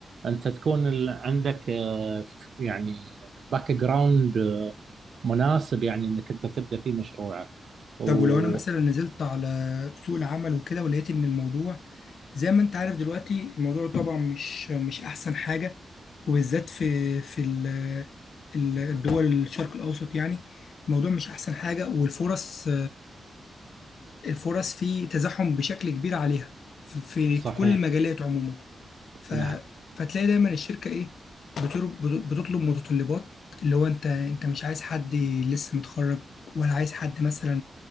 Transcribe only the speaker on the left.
طب ولو انا مثلا نزلت على سوق العمل وكده ولقيت ان الموضوع زي ما انت عارف دلوقتي الموضوع طبعا مش مش احسن حاجة وبالذات في في ال- ال- الدول الشرق الاوسط يعني الموضوع مش احسن حاجة والفرص الفرص فيه تزاحم بشكل كبير عليها في في
في كل المجالات عموما ف...
فتلاقي دايما الشركه ايه بتر- بتطلب متطلبات اللي هو انت انت مش عايز حد لسه متخرج ولا عايز حد مثلا